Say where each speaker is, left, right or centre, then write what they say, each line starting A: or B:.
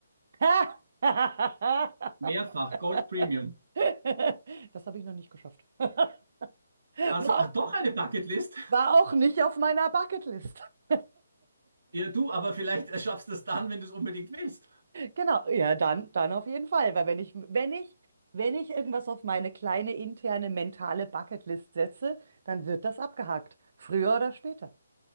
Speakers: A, on the right; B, on the right.
A: <laughs>
B: Mehrfach, Gold Premium.
A: <laughs> Das habe ich noch nicht geschafft. <laughs> War
B: Also ah,
A: auch,
B: doch eine Bucketlist.
A: war auch nicht auf meiner Bucketlist. <laughs>
B: Ja, du, aber vielleicht äh, schaffst du es dann, wenn du es unbedingt willst.
A: Genau, ja, dann, dann auf jeden Fall, weil wenn ich, wenn ich, wenn ich irgendwas auf meine kleine interne mentale Bucketlist setze, dann wird das abgehakt, früher oder später.